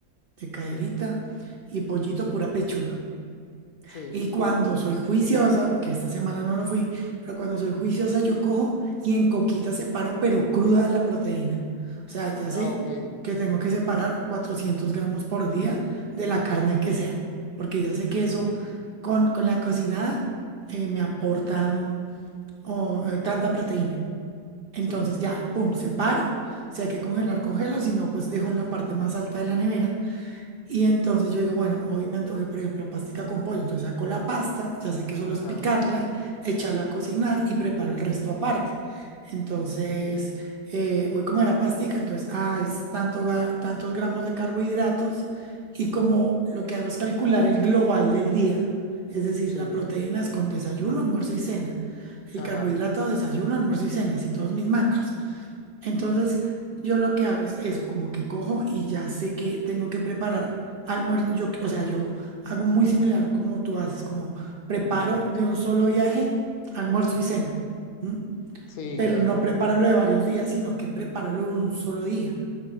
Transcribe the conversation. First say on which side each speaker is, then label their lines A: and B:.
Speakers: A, on the right; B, on the left.
A: de caderita
B: ok.
A: y pollito pura pechuga.
B: Sí.
A: Y cuando soy juiciosa, que esta semana no lo fui, pero cuando soy juiciosa yo cojo y en coquita separo, pero cruda la proteína. O sea, ya sé
B: Ah, ok.
A: que tengo que separar 400 gramos por día de la carne que sea, porque ya sé que
B: Ujú,
A: eso con, con la cocinada eh, me aporta um, o, eh, tanta proteína. Entonces
B: Sí.
A: ya, pum, separo. Si hay que congelar, congelo, si no, pues dejo en la parte más alta de la nevera y entonces yo digo, bueno, hoy me antojé, por ejemplo, pastica con pollo. Entonces saco la pasta, ya sé que solo
B: Ajá.
A: es picarla, echarla a cocinar y preparo el resto aparte. Entonces, eh, hoy como era pastica, entonces, ah, es tanto, ga- tantos gramos de carbohidratos y como lo que hago es calcular el global del día, es decir,
B: Sí.
A: la proteína es con desayuno, almuerzo y cena. El
B: Ajá.
A: carbohidrato, desayuno, almuerzo y cena, así todos mis macros. Entonces, yo lo que hago es eso, como que cojo y ya sé que tengo que preparar almuerzo. Yo, o sea, yo hago muy similar como tú haces, como preparo
B: ujú.
A: de un solo viaje almuerzo y cena, ¿m?
B: Sí,
A: Pero
B: epa.
A: no preparo lo de varios días, sino que preparo lo de un solo día,